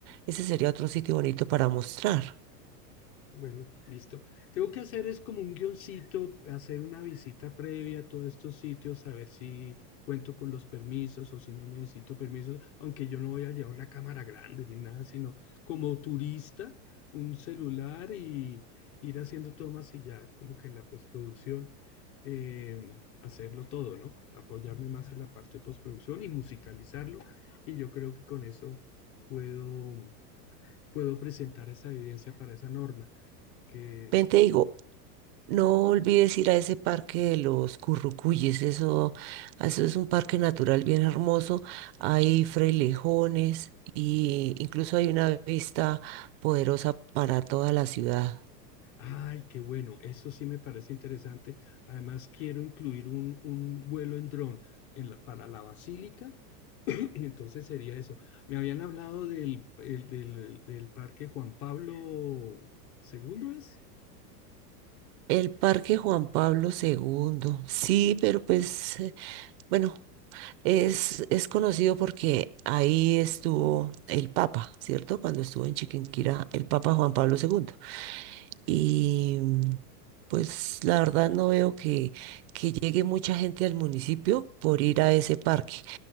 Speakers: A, on the right; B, on the left.
A: Ese sería otro sitio bonito para mostrar.
B: Bueno, listo. Tengo que hacer es como un guioncito, hacer una visita previa a todos estos sitios, a ver si cuento con los permisos o si no necesito permisos, aunque yo no voy a llevar una cámara grande ni nada, sino como turista, un celular y ir haciendo tomas y ya como que en la postproducción eh, hacerlo todo, ¿no? Apoyarme más en la parte de postproducción y musicalizarlo y yo creo que con eso puedo, puedo presentar esa evidencia para esa norma que es,
A: Ven, te digo, No olvides ir a ese parque de los Currucuyes, eso, eso es un parque natural bien hermoso. Hay frailejones y incluso hay una vista poderosa para toda la ciudad.
B: ay, qué bueno, eso sí me parece interesante. Además, quiero incluir un, un vuelo en dron en la, para la basílica, <clears throat> y entonces sería eso. Me habían hablado del, el- del, del parque Juan Pablo segundo ¿es?
A: El Parque Juan Pablo II, sí, pero pues, eh, bueno, Es, es conocido porque ahí estuvo el Papa, ¿cierto? Cuando estuvo en Chiquinquirá el Papa Juan Pablo II. Y pues la verdad no veo que, que llegue mucha gente al municipio por ir a ese parque.